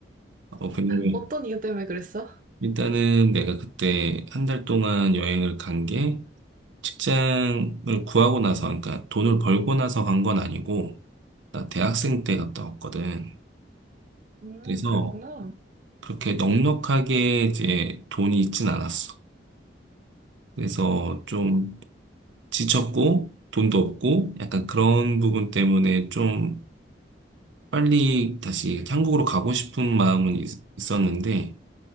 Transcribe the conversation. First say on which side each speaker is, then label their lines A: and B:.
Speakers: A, on the right; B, on the right.
A: 어, 근데
B: 어떤 이유 때문에 그랬어?
A: 일단은 내가 그때 한 달 동안 여행을 간 게 직장을 구하고 나서, 그러니까 돈을 벌고 나서 간 건 아니고, 나 대학생 때 갔다 왔거든.
B: 음,
A: 그래서
B: 그랬구나.
A: 그렇게 넉넉하게 이제 돈이 있진 않았어. 그래서 좀 지쳤고 돈도 없고 약간 그런 부분 때문에 좀 빨리 다시 한국으로 가고 싶은 마음은 있- 있었는데